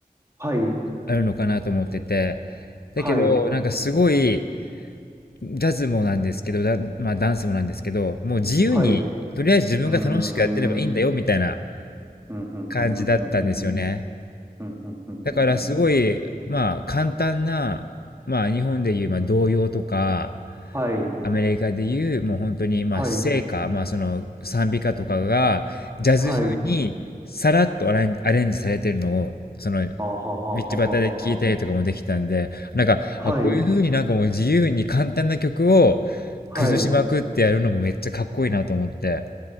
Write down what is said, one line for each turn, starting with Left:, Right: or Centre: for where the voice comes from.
Right: はい、
Left: あるのかなと思ってて。だけど、
Right: はい、
Left: なんかすごい、ジャズもなんですけど、だまあ、ダンスもなんですけど、もう自由に、
Right: はい。う
Left: とりあえず自分が楽しくやってればいいんだよみたいな
Right: ーん。うんうんうんうんうんうんうんうん
Left: 感じだったんですよね。
Right: うんうんうん
Left: だからすごい、まあ簡単な、まあ日本でいう、まあ童謡とか、
Right: はい、
Left: アメリカでいうもう本当にまあ聖歌、
Right: はい、
Left: まあその賛美歌とかがジャズ風にさらっとアレンアレンジされてるのをその道
Right: はい。あはははははは。
Left: 端で聞いたりとかもできたんで、なんか、
Right: はい。
Left: あ、こういう風になんかもう自由に簡単な曲を
Right: はい。
Left: 崩しまくってやるのもめっちゃかっこいいなと思って、
Right: うん、